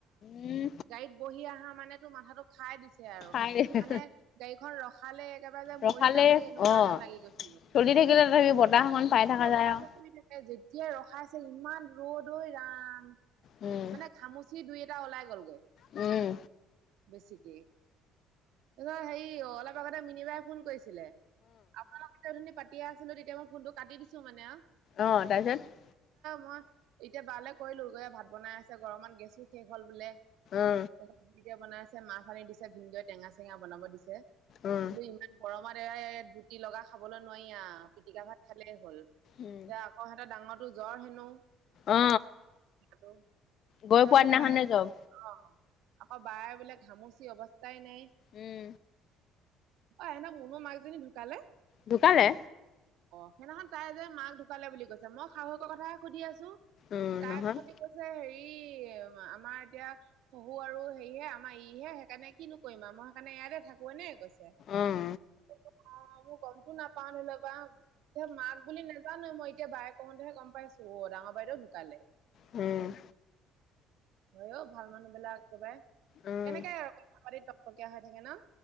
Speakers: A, on the left; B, on the right.
A: উম
B: গাড়ীত বহি অহা মানে তোৰ মাথাটো খাই দিছ আৰু
A: খাই দে
B: মানে গাড়ীখন ৰখালে একেবাৰে যে
A: ৰখালে
B: মৰি যামগে এনেকুৱা
A: অ
B: যেন লাগি গৈছে
A: চলি থাকিলে তথাপি বতাহকন পাই থাককা যায়
B: বতাহটো
A: আৰু
B: পৰি থাকে যেতিয়াই ৰখাইছে ইমান ৰ'দৈ ৰাম
A: উম
B: মানে ঘামুচি দুই এ এ ওলাই গলগৈ
A: উম,
B: বেছিকে তাৰপত হেৰি অলপ আগতে মিনিবাই ফোন কৰিছে ছিলে আপোনালোক এ ধুনী পাতিয় আছিলো তেতিয়া মই ফোনতটো কাটি দিছো মানে অ
A: অহ তাৰপিছত
B: মই এতিয়া বালে কৰিলো গৈ ভাত বনাই আছে গৰমত গেছো শেষ হ'ল বোলে
A: অ
B: তাৰপিছতয়া বনাইছে মাহছ সনি দিছে ভিনদে টেঙা চেঙা বনাব দিছে
A: অ
B: বলো ইমান গৰমত এ জুতি লগা খাবলৈ নোৱাৰিা পিটিকা ভাত খালেই হ'ল এতিয়া
A: উম
B: আকৌ সিহঁতেৰ ডাঙৰটোো জ্বৰ হেনো
A: অ
B: ত
A: গৈ পোৱা
B: সেইকাৰণে
A: দিনাখনে জব
B: অ', আকৌ বায়বিলাক হামুচি অৱস্থাই নাই
A: উম
B: অ', েনে মনো মাকজনী ঢুকালে?
A: দুোকালে
B: অ', সেইদিনাখন তাই যে মাক ঢুকালে বুলি কৈছে মই সাহসকৰ কথে সুধি আছো
A: উম
B: তাক
A: নহয়
B: খালি কৈছে হেৰি আমাৰ এতিয়া শহু আৰু হেৰি হে আমাৰ ইহে সেইকাৰণে কিিন কৰিৰিমা মই সেইকাৰণে ইয়াতে থাকোে নে কৈছো
A: উম
B: <unintelligible> নাপাও ধৰি লওবা মাক বুলি নাজান মই এতিয়া বায়ে কওঁতেহে গম পাইছো অ ডাঙৰ বাইদেউ সোনকালে
A: উম,
B: অ', অ ', ভাল মানুহ বিলাক একেবাৰে কেনেকে
A: উম
B: আৰু কথা পাতি টকটকীয়া হৈ থাকে ন